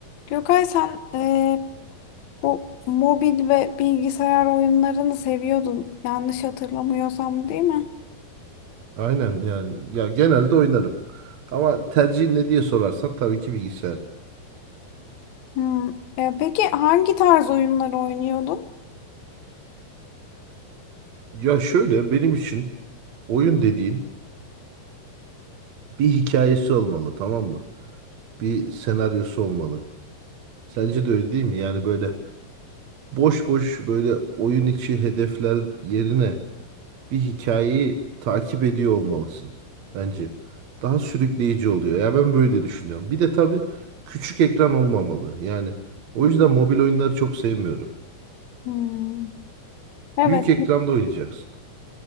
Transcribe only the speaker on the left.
Gökay sen eee, bu mobil ve bilgisayar oyunlarını seviyordun. Yanlış hatırlamıyorsam değil mi?
Hmm. E, peki hangi tarz oyunları oynuyordun?
Hmm. Evet.